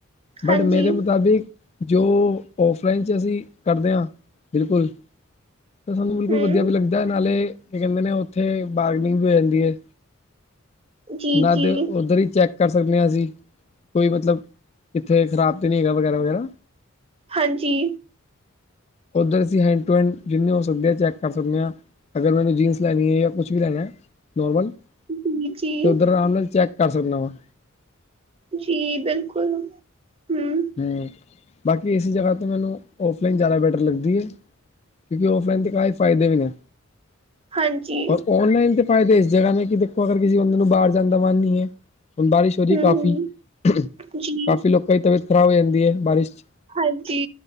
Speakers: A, on the left (about 30°); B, on the right (about 25°).
A: ਬਟ
B: ਹਾਂਜੀ,
A: ਮੇਰੇ ਮੁਤਾਬਿਕ ਜੋ ਔਫਲਾਈਨ 'ਚ ਅਸੀਂ ਕਰਦੇ ਆ, ਬਿਲਕੁਲ। ਤਾਂ ਸਾਨੂੰ ਬਿਲਕੁਲ
B: ਹੂੰ,
A: ਵਦੀਆ ਵੀ ਲੱਗਦੈ ਨਾਲੇ, ਕੀ ਕੈਂਦੇ ਨੇ ਓੱਥੇ, ਬਾਰਗਨਿੰਗ ਵੀ ਹੁੰਦੀ ਏ।
B: ਜੀ-ਜੀ।
A: ਨਾਲੇ ਓਧੱਰ ਈ ਚੈੱਕ ਕਰ ਸਕਨੇ ਆਂ ਅਸੀਂ, ਕੋਈ ਮਤਲਬ, ਇੱਥੇ ਖ਼ਰਾਬ ਤਾਂ ਨੀਂ ਹੈਗਾ ਵਗੈਰਾ- ਵਗੈਰਾ।
B: ਹਾਂਜੀ।
A: ਉੱਧਰ ਅਸੀਂ ਹੈਂਡ ਟੂ ਹੈਂਡ, ਜਿੰਨੇ ਹੋ ਸਕਦੇ ਆ ਚੈੱਕ ਕਰ ਸਕਦੇ ਆ। ਅਗਰ ਮੈਨੂੰ ਜੀਨਸ ਲੈਨੀ ਏ ਯਾ ਕੁਛ ਵੀ ਲੈਨਾ, ਨੋਰਮਲ 'ਤੇ
B: ਜੀ-ਜੀ, ਜੀ
A: ਉੱਧਰ ਰਾਮ ਨਾਲ ਚੈੱਕ ਕਰ ਸਕਨਾ ਵਾ।
B: ਜੀ ਬਿਲਕੁਲ, ਹੂੰ।
A: ਹਾਏ, ਬਾਕੀ ਇਸ ਜਗ੍ਹਾ ਤੇ ਮੈਨੂੰ, ਔਫਲਾਈਨ ਜਾਨਾ ਪ ਲੱਗਦੀ ਏ, ਕਿਉਂਕਿ ਔਫਲਾਈਨ ਤੇ ਕਾ ਫਾਇਦੇ ਵੀ ਨੇ।
B: ਹਾਂਜੀ,
A: ਔਫ- ਔਨਲਾਈਨ ਦੇ ਫਾਇਦੇ ਇਸ ਜਗ੍ਹਾ ਨੇ ਕਿ ਦੇਖੋ, ਅਗਰ ਕਿਸੇ ਬੰਦੇ ਨੂੰ ਬਾਰ ਜਾਨ ਦਾ ਮਨ ਨੀਂ ਏ। ਹੁਨ ਬਾਰਿਸ਼ ਹੋ ਰੀ
B: ਹੂੰ-ਹੂੰ,
A: ਏ ਕਾਫ਼ੀ, ਕਾਫ਼ੀ
B: ਜੀ,
A: ਲੋਕਾਂ ਦੀ ਤਬੀਅਤ ਖ਼ਰਾਬ ਹੋ ਜਾਂਦੀ ਏ, ਬਾਰਿਸ਼ 'ਚ।
B: ਹਾਂਜੀ।